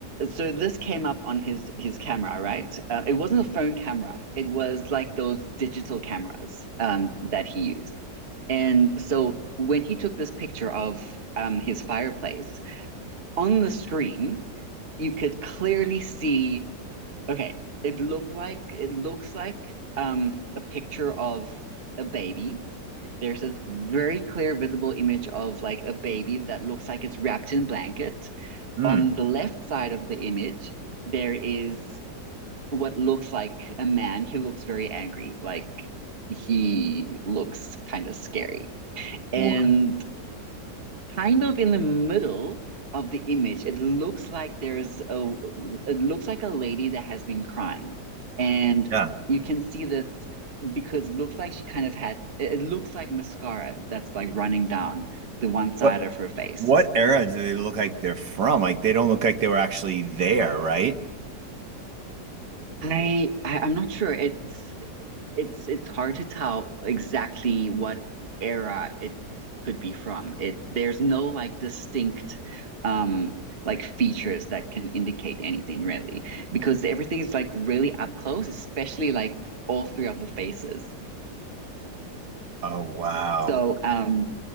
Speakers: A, on the right; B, on the right.
A: so this came up on his his camera, right? Um, it wasn't a phone camera. It was like those digital cameras um, that he used. And so when he took this picture of um, his fireplace on the screen, you could clearly see. Okay, it looked like it looks like um, a picture of a baby. There's this very clear, visible image of like a baby that looks like it's wrapped in blanket.
B: Hmm.
A: On the left side of the image, there is what looks like a man. He looks very angry, like he looks kind of scary. And
B: What?
A: kind of in the middle of the image, it looks like there's a it looks like a lady that has been crying. And
B: Yeah.
A: you can see this because it looks like she kind of had it looks like mascara that's like running down the one side
B: What
A: of her face.
B: what era do they look like they're from? Like they don't look like they were actually there, right?
A: I, I I'm not sure. It's it's it's hard to tell exactly what era it could be from. It there's no like distinct um like features that can indicate anything really because everything is like really up close, especially like all three of the faces.
B: Oh wow.
A: So um